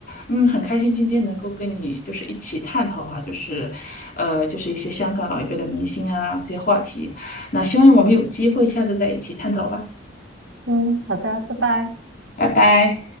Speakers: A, on the left; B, on the right.
A: 嗯，很开心今天能够跟你就是一起探讨哈，就是，呃，就是一些香港老一辈的明星啊这些话题。那希望我们有机会下次再一起探讨吧，
B: 嗯，好的，拜拜。
A: 拜拜。